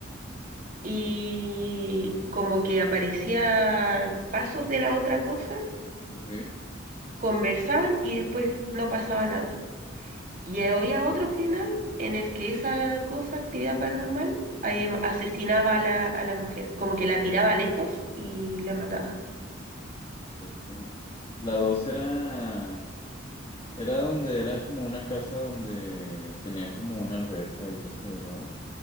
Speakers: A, on the right; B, on the left.
A: y como que aparecía pasos de la otra cosa
B: ok.
A: conversaban y después no pasaba nada. Y había otro final en el que esa cosa, actividad paranormal,
B: Ajá.
A: em, asesinaba a la, a la mujer, como que la tiraba lejos y la mataba.
B: Loco. La dos era, era donde era como una casa donde tenían como una alberca y eso, ¿verdad?